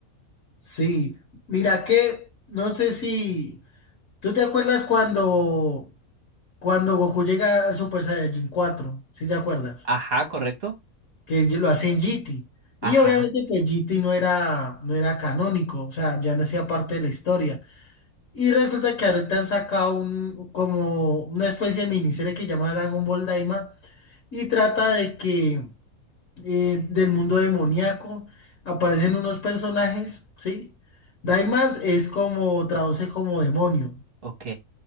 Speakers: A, on the left; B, on the right.
A: sí. Mira que, no sé si, ¿tú te acuerdas cuando, cuando Goku llega al Super Saiyajin cuatro, ¿Sí te acuerdas?
B: Ajá, correcto.
A: Que lo hacen GT. Y
B: Ajá,
A: obviamente pues GT no era, no era canónico, o sea, ya no hacía parte de la historia. Y resulta que ahorita han sacado un, como una especie de miniserie que llama Dragon Ball Daima y trata de que eh, del mundo demoníaco aparecen unos personajes, ¿sí? Daima es como, traduce como demonio.
B: ok,